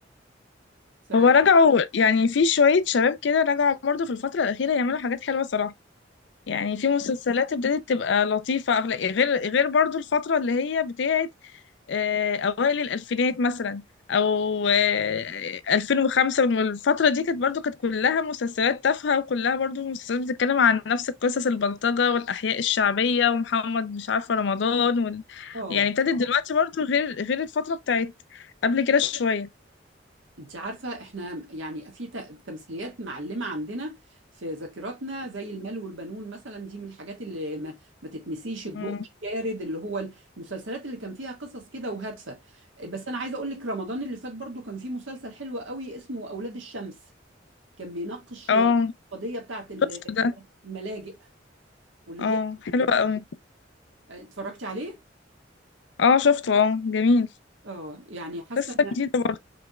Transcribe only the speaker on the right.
ف اه
اه
آه.
انت عارفة احنا يعني في ت- تمثيليات معلمة عندنا في ذاكرتنا زي المال والبنون مثلا دي من الحاجات اللي ما, ما تتنسيش الضوء
الشارد اللي هو المسلسلات اللي كان فيها قصص كده وهادفة بس انا عايزة اقول لك رمضان اللي فات برضو كان فيه مسلسل حلو قوي اسمه اولاد الشمس كان بيناقش
القضية بتاعت ال-
الملاجئ واللي
بيحكي
فيه
اتفرجتي عليه؟
اه يعني حاسة